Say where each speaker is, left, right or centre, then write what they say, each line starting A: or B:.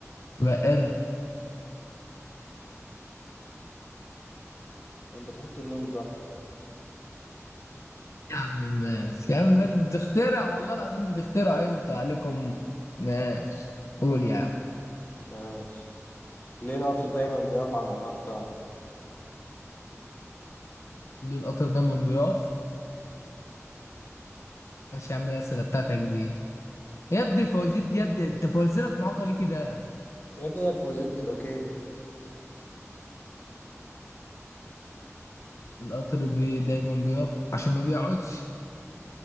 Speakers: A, on the left; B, on the left.
A: تبقى قر
B: وانت تحط النون بقى
A: يا عم ماشي يا عم ماشي انت بتخترع والله العظيم بتخترع انتوا عليكم ماشي قول يا عم
B: ماشي ليه القطر دايما بيقف على المحطة
A: ليه القطر دايما بيقف ماشي يا عم الأسئلة بتاعتك دي يا ابني الفوازير دي يا ابني أنت فوازيرك معاقة ليه كده؟
B: يا ابني هي الفوازير بتبقى كده
A: القطر بي دايما بيقف عشان ما بيقعدش